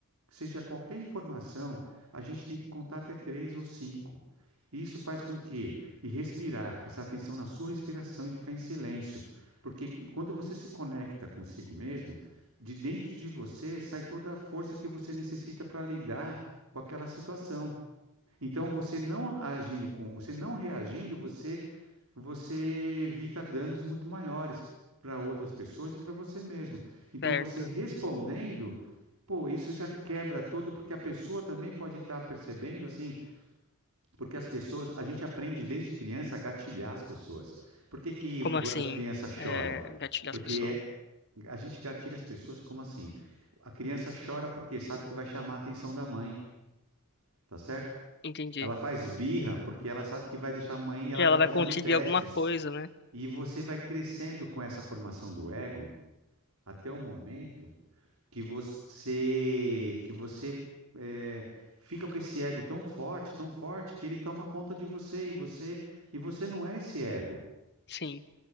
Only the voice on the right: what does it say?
que seja qualquer informação, a gente tem que contar até três ou cinco. Isso faz com que, e respirar, prestar atenção na sua respiração e ficar em silêncio, porque quando você se conecta consigo mesmo, de dentro de você sai toda a força que você necessita para lidar com aquela situação. Então, você não agindo com, você não reagindo, você você evita danos muito maiores para outras pessoas e para você mesmo. Então,
você respondendo, pô, isso já quebra todo, porque a pessoa também pode estar percebendo, assim, porque as pessoas, a gente aprende desde criança a gatilhar as pessoas. Por que que
a criança chora?
Porque
é, a gente gatilha as pessoas como assim? A criança chora porque sabe que vai chamar a atenção da mãe, tá certo?
Ela faz birra porque ela sabe que vai deixar a mãe, e ela
vai fazendo
testes
e você vai crescendo com essa formação do ego até o momento que você que você eh, fica com esse ego tão forte, tão forte que ele toma conta de você e você e você não é esse ego.